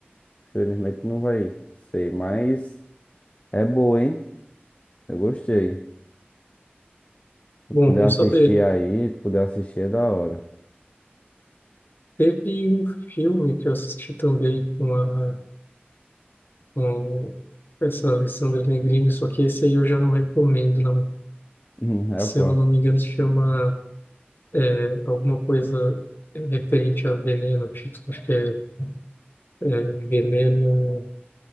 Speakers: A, on the left; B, on the left.
A: infelizmente não vai ser, mas é boa, hein? Eu gostei. Se
B: Bom,
A: puder
B: bom
A: assistir
B: saber.
A: aí, se puder assistir é da hora. <laughs>
B: Teve um filme que eu assisti também com a, com essa Alessandra Negrini, só que esse aí eu já não recomendo, não.
A: Hum, É
B: Se
A: o qual?
B: eu não me engano, se chama é, alguma coisa referente a veneno, tipo, acho que é, é Veneno